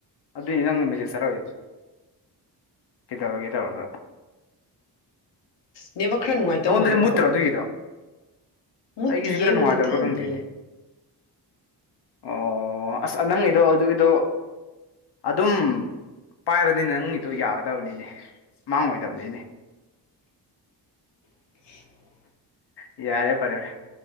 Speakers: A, on the left; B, on the left.
A: ꯑꯗꯨꯏ ꯅꯪ ꯃꯦꯁꯦꯖ ꯊꯥꯔꯛꯑꯣꯏꯗꯣ ꯀꯩꯗꯧꯔꯒꯦ ꯇꯧꯔꯒ
B: ꯅꯦꯕ ꯈꯔ ꯅꯨꯡꯉꯥꯏꯇꯕ
A: ꯅꯉꯣꯟꯗꯗꯤ
B: ꯃꯥꯜꯂꯤꯀꯣ
A: ꯃꯨꯠꯇ꯭ꯔꯣ ꯑꯗꯨꯒꯤꯗꯣ
B: ꯃ
A: ꯑꯩꯒꯤꯁꯦ
B: ꯇꯌꯦ
A: ꯈꯔ
B: <unintelligible>
A: ꯅꯨꯡꯉꯥꯏꯇꯕ꯭ꯔꯥ ꯈꯪꯗꯦꯅꯦ
B: ꯂꯩꯌꯦ
A: ꯑꯣ ꯑꯁ ꯅꯪꯒꯤꯗꯣ ꯑꯗꯨꯒꯤꯗꯣ ꯑꯗꯨꯝ ꯄꯥꯏꯔꯗꯤ ꯅꯪꯒꯤꯗꯣ ꯌꯥꯒꯗꯕꯅꯤꯅꯦ ꯃꯥꯡꯉꯣꯏꯗꯕꯅꯤ ꯏꯅꯦ
B: <unintelligible>
A: ꯎ ꯌꯥꯔꯦ ꯐꯔꯦ ꯐꯔꯦ